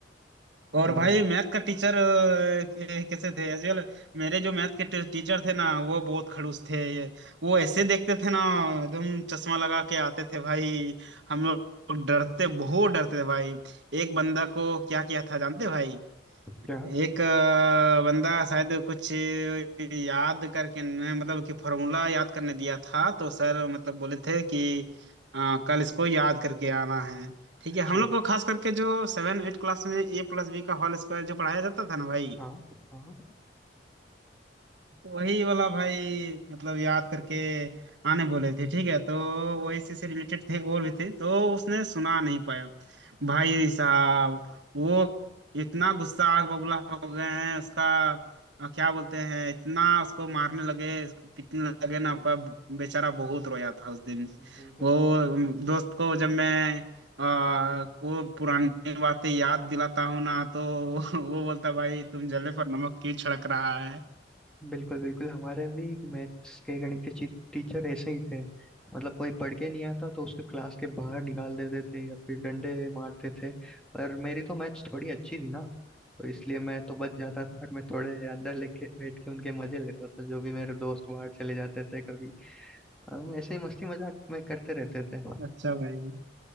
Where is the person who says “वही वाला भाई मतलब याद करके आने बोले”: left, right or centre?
Right